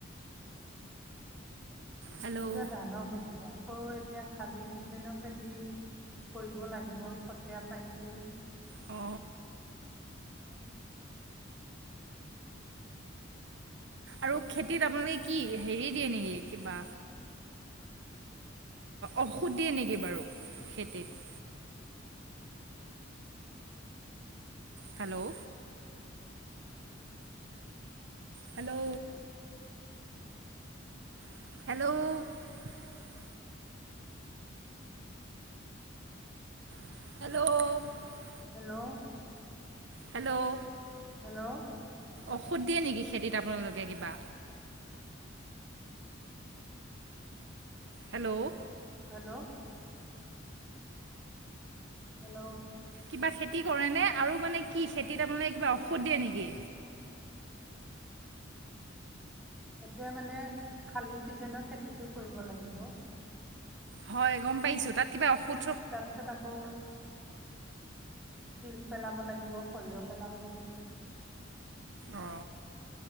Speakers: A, on the right; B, in the centre.
A: হেল্ল'
B: এতিয়া ধানৰ খেতি আকৌ এতিয়া খালি ছিজেনৰ খেতি কৰিব লাগিব কঠীয়া পাৰিছোঁ
A: অ আৰু খেতিত আপোনালোকে কি হেৰী দিয়ে নেকি কিবা ঔষুধ দিয়ে নেকি বাৰু খেতিত hello hello hello hello
B: hello
A: hello
B: hello
A: ঔষধ দিয়ে নেকি খেতিত আপোনালোকে কিবা হেল্ল'
B: হেল্ল' হেল্ল'
A: কিবা খেতি কৰে নে আৰু মানে কি খেতিত আপুনালোকে কিবা ঔষধ দিয়ে নেকি
B: এতিয়া মানে খালী চিজনৰ খেতি সেইটো কৰিব লাগিব
A: হয় গম পাইছোঁ তাত কিবা ঔষুধ
B: তাৰপিছত আকৌ তিল পেলাব লাগিব সৰিয়হ পেলাব লাগিব
A: অ